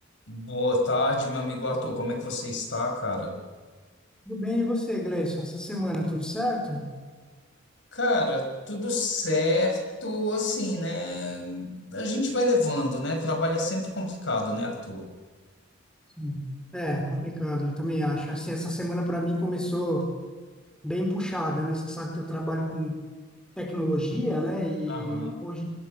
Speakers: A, on the left (about 65°); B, in the centre.
A: Boa tarde, meu amigo Arthur. Como é que você está, cara?
B: Tudo bem, e você, Gleison? Essa semana tudo certo?
A: Cara, tudo certo, assim, né? A gente vai levando, né? Trabalho é sempre complicado, né, Arthur?
B: Sim. É, complicado, eu também acho. Assim, essa semana para mim começou bem puxada, né? Você sabe que eu trabalho com tecnologia, né? E
A: Aham.
B: hoje